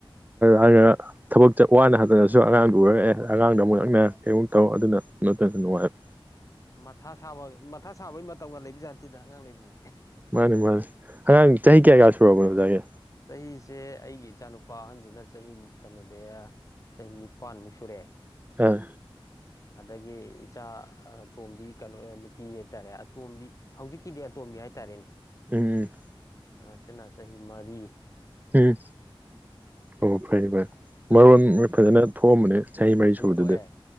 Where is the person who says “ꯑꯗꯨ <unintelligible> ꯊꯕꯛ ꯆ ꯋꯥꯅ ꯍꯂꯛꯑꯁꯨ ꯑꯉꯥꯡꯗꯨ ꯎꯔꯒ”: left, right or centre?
Right